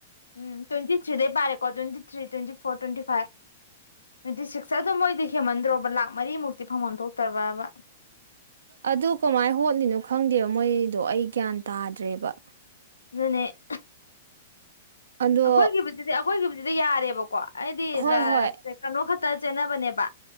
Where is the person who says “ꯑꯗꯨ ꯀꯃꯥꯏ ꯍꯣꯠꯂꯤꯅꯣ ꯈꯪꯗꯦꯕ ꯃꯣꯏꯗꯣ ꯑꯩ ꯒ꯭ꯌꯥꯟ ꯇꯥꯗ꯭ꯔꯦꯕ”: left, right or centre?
Right